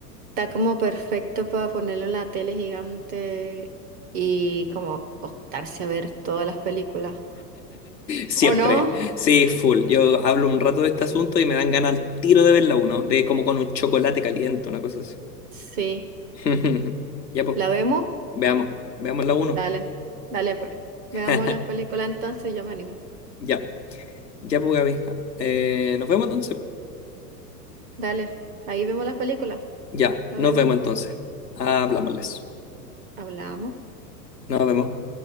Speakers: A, on the right; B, on the left.
A: Está como perfecto para ponerlo en la tele gigante y como acostarse a ver todas las películas.
B: Siempre,
A: ¿O no?
B: sí, full. Yo hablo un rato de este asunto y me dan ganas al tiro de verla uno, de como con un chocolate caliente, una cosa así.
A: Sí.
B: <laughs> Ya pues,
A: ¿La vemos?
B: veamos, veamos la uno.
A: Dale, dale pues. Veamos
B: <laughs>
A: las películas entonces, yo me animo.
B: Ya. Ya, pues, Gaby. Eh, nos vemos entonces.
A: Dale, ahí vemos las películas.
B: Ya,
A: La
B: nos
A: vemos.
B: vemos entonces. Hablámosles.
A: Hablamos.
B: Nos vemos.